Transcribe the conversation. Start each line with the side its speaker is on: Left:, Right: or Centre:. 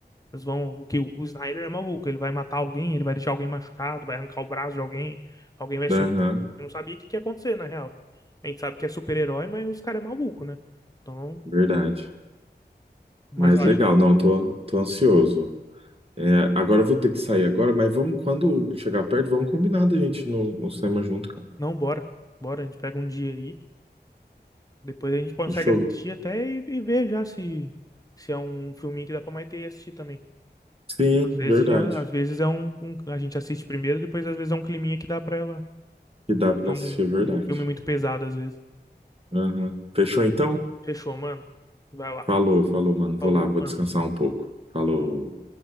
Left: Eles vão, o que o o Snyder é maluco, ele vai matar alguém, ele vai deixar alguém machucado, vai arrancar o braço de alguém, alguém vai sumir.
Right: Aham.
Left: Eu não sabia o que que ia acontecer, na real. A gente sabe que é super-herói, mas os caras é maluco, né? Então,
Right: Verdade.
Left: mas
Right: Mas
Left: eu acho
Right: legal,
Left: que
Right: não, tô, tô ansioso. É, agora eu vou ter que sair agora, mas vamos, quando chegar perto, vamos combinar da gente ir no, no cinema junto, cara.
Left: não, bora. Bora, a gente pega um dia aí, depois a gente consegue
Right: Fechou?
Left: assistir até e, e ver já se se é um filminho que dá pra Maitê assistir também.
Right: Sim,
Left: Às vezes
Right: verdade.
Left: já, às vezes é um, um- a gente assiste primeiro, depois às vezes é um climinha que dá pra ela.
Right: Que dá pra
Left: É um,
Right: assistir, é verdade.
Left: um filme muito pesado às vezes.
Right: Aham. Fechou então?
Left: Fechou, mano. Vai lá.
Right: Falou, falou, mano.
Left: Falou,
Right: Vou lá, vou
Left: mano.
Right: descansar um pouco. Falou.
Left: Falou.